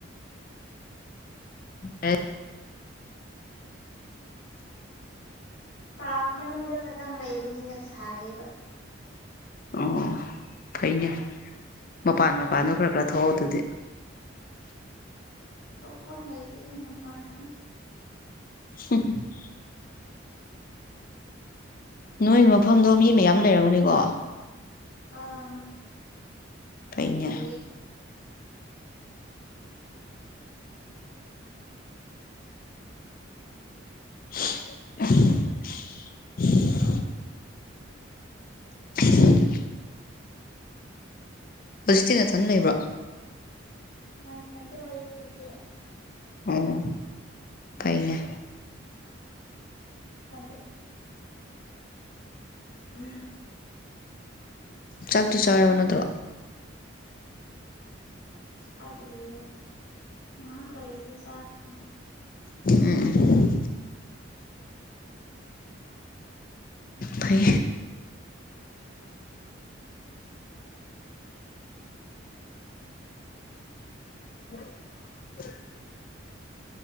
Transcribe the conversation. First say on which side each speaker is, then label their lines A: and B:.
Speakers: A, on the left; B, on the left.
A: ꯑꯦ
B: ꯀꯥ ꯃꯅꯨꯡꯗ ꯈꯇꯪ ꯂꯩꯕꯅꯤꯅ ꯁꯥꯏꯌꯦꯕ
A: ꯑꯣ ꯐꯩꯅꯦ ꯃꯄꯥꯟ ꯃꯄꯥꯟꯗꯣ ꯈꯔ ꯈꯔ ꯊꯣꯛꯑꯣ ꯑꯗꯨꯗꯤ
B: ꯊꫭꯛꯐꯝ ꯂꯩꯇꯦꯅꯦ ꯃꯄꯥꯟꯁꯦ
A: <inaudible> ꯅꯣꯏ ꯃꯐꯝꯗꯣ ꯃꯤ ꯃꯌꯥꯝ ꯂꯩꯔꯝꯒꯅꯤꯀꯣ
B: ꯑꯥ
A: ꯐꯩꯅꯦ
B: ꯂꯩꯌꯦ
A: <inaudible> <inaudible> ꯍꯧꯖꯤꯛꯇꯤ ꯅꯊꯟ ꯂꯩꯕ꯭ꯔꫭ
B: ꯍꯥ ꯏꯊꯟꯇꯥ ꯂꯩꯌꯦ ꯍꯧꯖꯤꯛꯇꯤ
A: ꯑꯣ ꯐꯩꯅꯦ
B: ꯏꯊꯟꯇꯥ ꯂꯩ ꯎꯝ꯫
A: ꯆꯥꯛꯇꯤ ꯆꯥꯔꯕ ꯅꯠꯇ꯭ꯔꯣ
B: ꯆꯥꯗ꯭ꯔꯤꯌꯦ ꯉꯥꯏꯍꯥꯛ ꯂꯩꯔꯗꯤ ꯆꯥꯈ꯭ꯔꯥꯅꯤ
A: ꯎꯝ꯫ ꯐꯩ <inaudible>